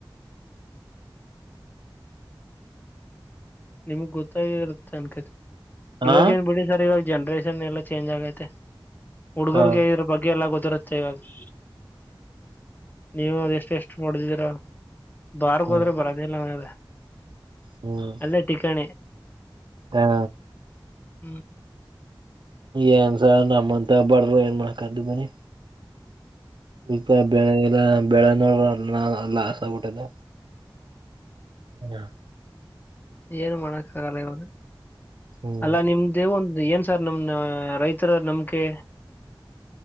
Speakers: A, on the left; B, on the right.
A: ನಿಮಗ್ ಗೊತ್ತಾಗಿ ಇರುತ್ತೆ ಅನ್ಕ
B: ಹಾ
A: ಇವಾಗ ಏನ್ ಬಿಡಿ ಸರ್ ಇವಾಗ ಜನ್ರೇಷನ್ ಎಲ್ಲ ಚೇಂಜ್ ಆಗೈತೆ ಹುಡ್ಗರ್ಗೆ
B: ಹಾ
A: ಇದ್ರ ಬಗ್ಗೆ ಎಲ್ಲ ಗೊತ್ತಿರತ್ತೆ ಸವಾಗ <unintelligible> ನೀವು ಅದೆಷ್ಟ ಎಷ್ಟು ಮಾಡ್ದಿದ್ದೀರಾ ಬಾರ್ ಹೋದ್ರೆ
B: ಹ್ಮ್
A: ಬರೋದಿಲ್ಲಲ್ಲ <inaudible>
B: ಹ್ಮ್
A: ಅಲ್ಲ ಟಿಕಣೆ
B: ಹಾ
A: ಹ್ಮ್
B: ಏನ್ಸ ನಮ್ಮಂತ ಬಡರು ಏನ್ ಮಾಡಕ್ದು ಬನ್ನಿ ಈಗ ಬೆಳೆ ಎಲ್ಲ ಬೆಳೆ ನೋಡಾ ಲಾಸಬಿಟ್ಟದವು ಹ್ಮ
A: ಏನು ಮಾಡಕ್ ಆಗಲ್ಲ ಇರದು
B: ಹ್ಮ್
A: ಅಲ್ಲ ನಿಮ್ದೇವ ಒಂದು ಏನ್ ಸರ್ ನಮ್ ರೈತರ ನಂಬಿಕೆ